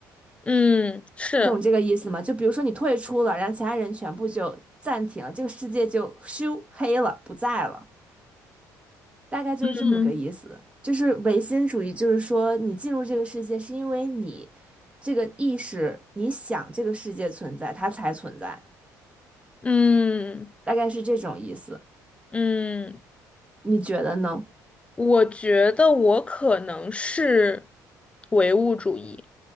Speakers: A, on the left (about 15°); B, on the right (about 15°).
A: 嗯，是，
B: 你懂这个意思吗？就比如说你退出了，然后其他人全部就暂停了，这个世界就咻黑了，不在了，大概就是这么个意思。
A: 嗯
B: 就是唯心主义，就是说你进入这个世界是因为你这个意识，你想这个世界存在，它才存在，
A: 嗯
B: 大概是这种意思。
A: 嗯，
B: 你觉得呢？
A: 我觉得我可能是唯物主义。